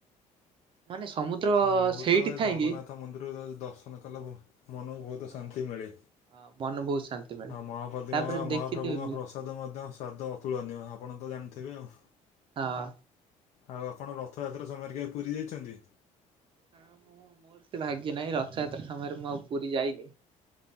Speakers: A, on the right; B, on the left.
A: ମାନେ ସମୁଦ୍ର
B: ମୁଁ
A: ସେଇଠି
B: ତ
A: ଥାଇକି
B: ଜଗନ୍ନାଥ ମନ୍ଦିରକୁ ଦର୍ଶନ କଲେ ମନକୁ ବହୁତ
A: ହଁ
B: ଶାନ୍ତି ମିଳେ।
A: ମନ ବହୁତ ଶାନ୍ତି ମିଳେ
B: ମପଦୁଉଁ
A: ତାପରେ ଦେଖିଥିବେ
B: ମହାପ୍ରଭୁଙ୍କ
A: ବି
B: ପ୍ରସ ଷାଦ ମଧ୍ୟ ସ୍ୱାଦ ଅତୁଳନୀୟ ଆପଣ ତ ଜାଣିଥିବେ ଆଉ।
A: ହଁ।
B: ଆଉ ଆପଣ ରଥଯାତ୍ରା ସମୟରେ କେବେ ପୁରୀ ଯାଇଛନ୍ତି?
A: ହଁ ମୁଁ ମୋର ସେ ଭାଗ୍ୟ ନାହିଁ ରଥଯାତ୍ରା ସମୟରେ ମୁଁ ଆଉ ପୁରୀ ଯାଇନି।